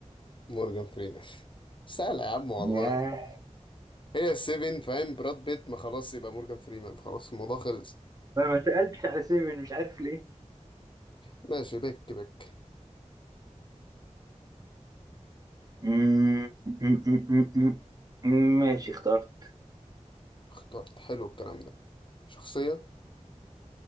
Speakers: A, on the left (about 40°); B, on the right (about 30°).
A: مورجان فريمان سهلة يا عم والله
B: ياه
A: هي السيفن فاهم براد بيت ما خلاص يبقى مورجان فريمان خلاص الموضوع خلص
B: ما ما سألتش على سيفن مش عارف ليه
A: ماشي بك بك
B: مم، مم، مم، مم، مم. ماشي اخترت
A: اخترت حلو الكلام ده شخصية